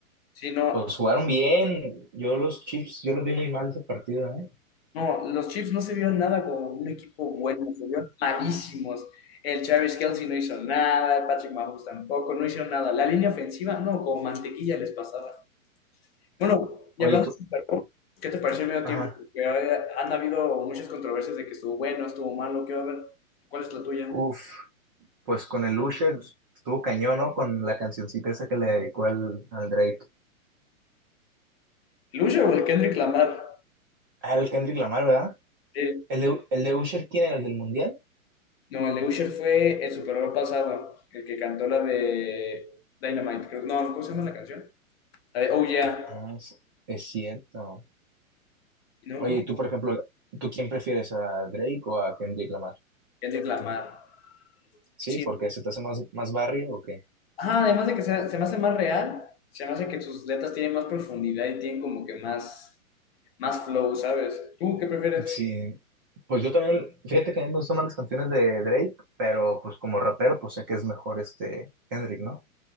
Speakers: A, on the left; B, on the right.
A: Sí, no,
B: Pues jugaron bien. Yo los Chiefs, yo los vi muy mal ese partido, ¿eh?
A: No, los Chiefs no se vieron nada como un equipo bueno, se vieron malísimos. El Travis Kelce no hizo nada, el Patrick Mahomes tampoco, no hizo nada. La línea ofensiva, no, como mantequilla les pasaba. Bueno, y
B: Oye,
A: hablando
B: tú...
A: de Super Bowl, ¿qué te pareció el medio
B: Ajá.
A: tiempo? Porque ha- han habido muchas controversias de que estuvo bueno, estuvo malo, ¿qué va a haber? ¿Cuál es la tuya?
B: Uf, pues con el Usher estuvo cañón, ¿no? Con la cancioncita esa que le dedicó al, al Drake.
A: ¿El Usher o el Kendrick Lamar?
B: Ah, el Kendrick Lamar, ¿verdad?
A: Sí.
B: ¿El de, el de Usher quién era? ¿El del Mundial?
A: No, el de Usher fue el Super Bowl pasado, el que cantó la de Dynamite, creo. No, ¿cómo se llama la canción? La de Oh Yeah.
B: Ah, es, es cierto.
A: No,
B: Oye,
A: ¿cómo?
B: y tú, por ejemplo, ¿tú quién prefieres? ¿A Drake o a Kendrick Lamar?
A: Kendrick Lamar.
B: Sí,
A: Sí.
B: porque se te hace más, más barrio o qué.
A: Ajá, además de que sea- se me hace más real, se me hace que sus letras tienen más profundidad y tienen como que más, más flow, ¿sabes? ¿Tú qué prefieres?
B: Sí, pues yo también, fíjate que a mí me gustan más las canciones de Drake, pero pues como rapero, pues sé que es mejor este Kendrick, ¿no?